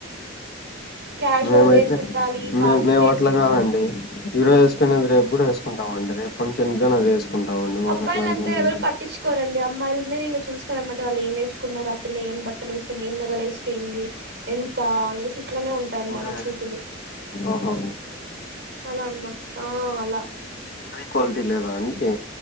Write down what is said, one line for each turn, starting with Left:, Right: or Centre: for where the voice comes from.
Right: క్యాజువల్
Left: మేమైతే
Right: వేరుకుండాలి
Left: మే
Right: పార్టీ
Left: మేము
Right: వేసుకుండాలి
Left: అట్ల కాదండి ఈరో
Right: ఆ
Left: వేసుకునేది రేపుడు వేసుకు తీసుకుంటామం రే ఫంక్షన్ గా అది వేసుకుంటామండి మాకు
Right: అబ్బాయిల
Left: అట్లాంటివన్నీ
Right: అంతా ఎవరు పట్టించుకోవారండి, అమ్మాయిలనే ఇంక చూస్తారనమా వాళ్ ఏం వేసుకున్నారు ఆ పిల్ల ఏం బట్టలు వేసుకున్నారు, ఏం నగలు వేసుకయింది, ఎంత వే అట్లనే ఉంటాయన్నమాట
Left: అంటే
Right: చూపులు
Left: ఓహో
Right: అలా అనమాట ఆ అలా
Left: క్వాలిటీ లేదా అండి